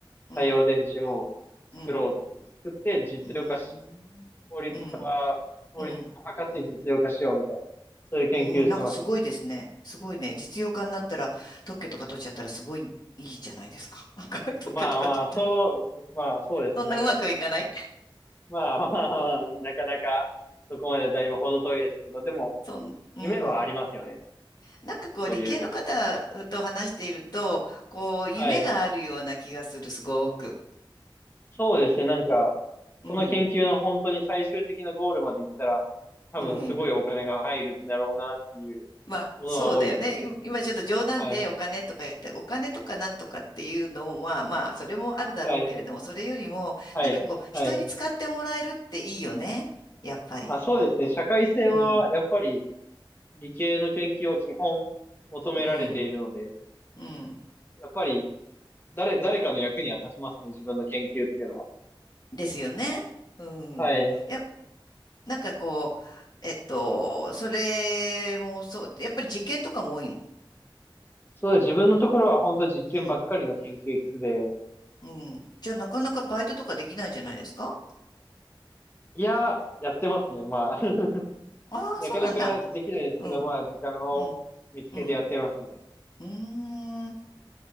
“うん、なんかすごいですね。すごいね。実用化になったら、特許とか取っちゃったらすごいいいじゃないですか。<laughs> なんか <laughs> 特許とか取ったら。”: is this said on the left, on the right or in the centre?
Left